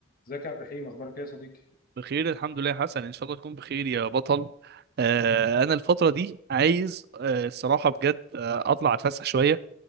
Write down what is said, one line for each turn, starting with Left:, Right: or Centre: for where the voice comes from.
Left: ازيك يا عبد الرحيم اخبارك ايه يا صديقي
Right: بخير الحمد لله يا حسن ان شاء الله تكون بخير يا بطل آه انا الفتره دي عايز آه الصراحه بجد آه اطلع اتفسح شويه